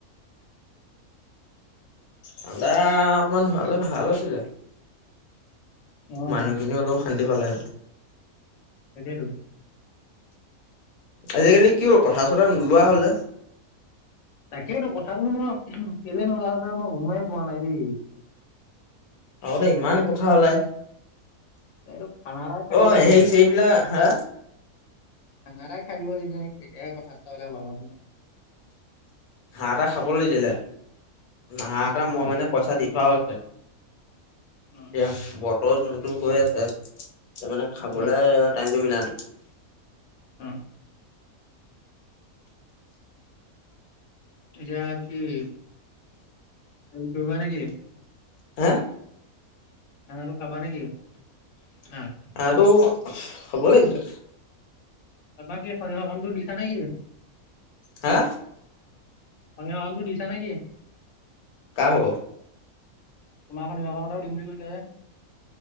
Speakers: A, on the left; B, on the left.
A: ঠাণ্ডা অকমান হোৱালে ভাল আছিলে।
B: অ',
A: মানুহখিনিও অলপ শান্তি পালে।
B: তাকেইটো।
A: আজিকালি কি হ'ল কথা চথা নোলোৱা হ'ল যে।
B: তাকেইটো কথাটো মানে কেলে নোলাই মই গমেই পোৱা নাই দেই।
A: আগতে ইমান কথা ওলাই।
B: এইটো খানা এটা খোৱাই
A: অ
B: দিব লাগিছিলে।
A: সেই সেইবিলাক হা
B: খানা এটা খাই দিব লাগি ন তেতিয়াহে কথা চথা অলপ ওলাব।
A: হাঁহ এটা খাব লাগছিলে হাঁহ এটা মই
B: অ'।
A: মানে পইচা দি থোৱা হৈছে।
B: অ',
A: এয়া বতৰ যোনটো হৈ আছে, তাৰমানানে খাবলে
B: অ',
A: টাইমটো মিলাই লম।
B: উম। এতিয়া কি হেৰি কৰিবিবা নেকি।
A: হা।
B: খানাটো খাবা নেকি খাম।
A: খানা টো খাব লাগিছিলে।
B: খানা কি অথনি হোৱা কামতো দিছা নেকি?
A: হা।
B: খনিকৰ কামতো দিছা নেকি
A: কা ভাগ
B: তোমাৰ খনকৰ কাম এটা দিম কৈছিলে যে।